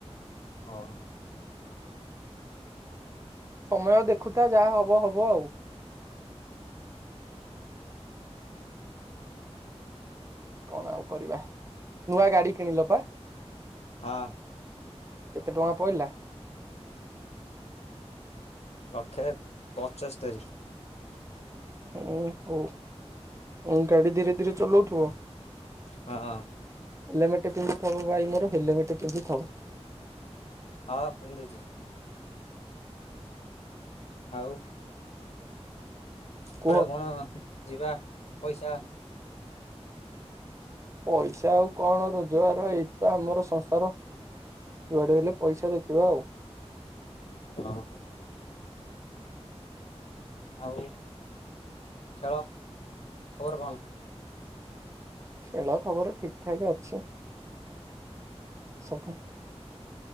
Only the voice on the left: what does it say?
ହ।
<inaudible>
ହଁ।
ଲକ୍ଷେ ପଞ୍ଚସ୍ତରୀ।
ହଁ।
ହଁ ପିନ୍ଧୁଛି। ଆଉ। କୁଆଡେ
କଣ ଯିବା ପଇସା?
ହଁ <inaudible> ଆଉ ଖେଳ ଖବର କଣ?